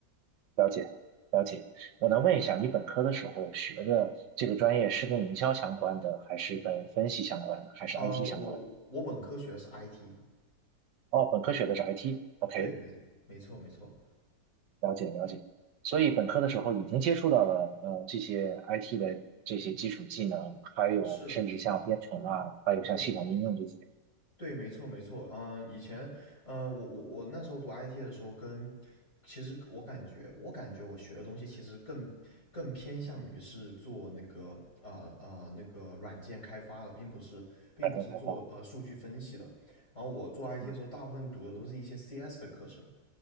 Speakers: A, on the right (about 75°); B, on the left (about 40°).
A: 了解，了解。我能问一下，你本科的时候学的这个专业是跟营销相关的，还是跟分析相关的，还是
B: 呃，
A: IT 相关的？
B: 我我本科学的是 IT，
A: 哦，本科学的是 IT，OK，
B: 对，没没错没错，
A: 了解了解，所以本科的时候已经接触到了呃这些 IT 的这些基础技能，还有甚至像编程啊，
B: 是，
A: 还有像系统应用这些
B: 对。对，没错，没错。嗯，以前，呃，我我我那时候读 IT 的时候跟，其实我感觉，我感觉我学的东西其实更更偏向于是做那个呃呃那个软件开发的，并不是并不是做呃数据分析的。
A: 软件开发。
B: 然后我做 IT
A: 嗯，
B: 的时候，大部分读的都是一些 CS 的课程，